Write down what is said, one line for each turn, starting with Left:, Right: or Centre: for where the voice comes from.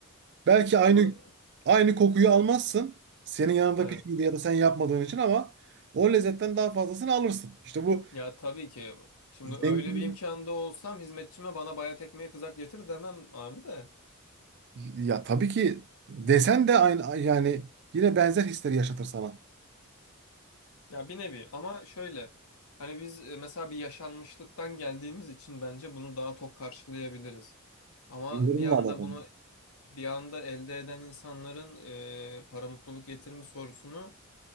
Right: Belki aynı
Left: bunu
Right: aynı kokuyu almazsın. Senin yanında
Left: evet
Right: pişmediği ya da sen yapmadığın için ama o lezzetten daha fazlasını alırsın. İşte bu
Left: ya tabii ki şimdi öyle
Right: zengin
Left: bir imkanda olsam hizmetçime bana bayat ekmeği kızart getir demem abi de
Right: ya tabii ki desen de aynı yani yine benzer hisleri yaşatır sana.
Left: ya bir nevi ama şöyle hani biz e, mesela bir yaşanmışlıktan geldiğimiz için bence bunu daha tok karşılayabiliriz ama
Right: Yani durumla
Left: bir anda
Right: alakalı.
Left: bunu bir anda elde eden insanların e, para mutluluk getirir mi sorusunu